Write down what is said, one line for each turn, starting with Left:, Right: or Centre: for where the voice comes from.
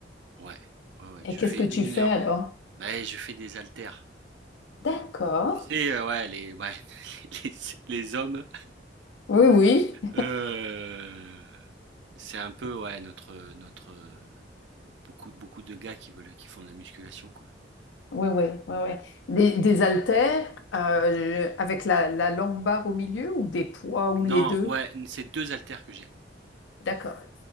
Right: Ouais, ouais, ouais,
Left: Et
Right: je
Left: qu'est-ce
Right: fais
Left: que tu
Right: une
Left: fais
Right: heure.
Left: alors?
Right: Bah, je fais des haltères.
Left: D'accord.
Right: Tu sais, heu, ouais, les ouais, <laughs> les les hommes,
Left: Oui, oui.
Right: heu, c'est un peu, ouais, notre, notre, heu, beaucoup beaucoup de gars qui veulent qui font de la musculation, quoi.
Left: Oui, oui, oui, oui. Des, des haltères euh, avec la, la longue barre au milieu ou des poids ou
Right: Non,
Left: les deux?
Right: ouais, c'est deux haltères que j'ai.
Left: D'accord.